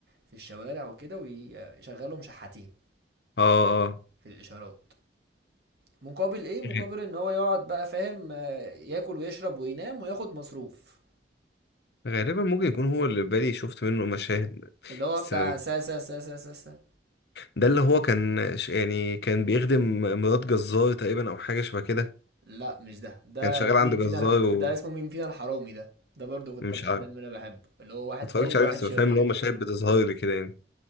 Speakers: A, on the right; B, on the left.
A: في الشوارع وكده ويشغلهم شحاتين
B: اه اه
A: في الاشارات مقابل ايه مقابل
B: غ-
A: ان هو يقعد بقى فاهم آه، ياكل ويشرب وينام وياخد مصروف
B: غالبا ممكن يكون هو اللي في بالي شفت منه مشاهد
A: اللي هو
B: بس
A: بتاع سا سا سا سا سا, سا.
B: ده اللي هو كان ش- يعني كان بيخدم مرات جزار تقريبا او حاجه شبه كده
A: لا مش ده ده
B: كان شغال
A: مين
B: عند جزار
A: فينا الح... ده اسمه مين فينا الحرامي ده ده برضو كنت
B: ومش
A: من الافلام
B: عارف
A: اللي انا بحبه اللي هو واحد
B: ما اتفرجتش
A: طيب
B: عليه
A: واحد
B: بس
A: شرير
B: بفهم اللي هو مشاهد بتظهر لي كده يعني